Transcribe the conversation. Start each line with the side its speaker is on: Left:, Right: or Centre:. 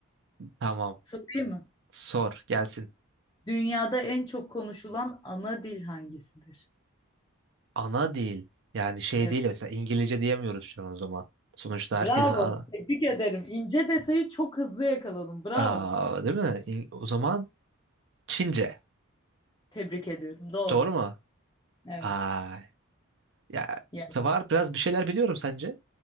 Right: Tamam.
Left: Sorayım mı?
Right: Sor gelsin.
Left: Dünyada en çok konuşulan ana dil hangisidir?
Right: ana dil yani şey
Left: Evet.
Right: değil mesela İngilizce diyemiyoruz şu an o zaman. Sonuçta
Left: Bravo.
Right: herkesin a-
Left: Tebrik ederim. İnce detayı çok hızlı yakaladım. Bravo.
Right: aa, değil mi? İng- O zaman Çince.
Left: Tebrik ediyorum. Doğru.
Right: Doğru mu?
Left: Evet.
Right: Ay ya
Left: Ya.
Right: var biraz bir şeyler biliyorum sence.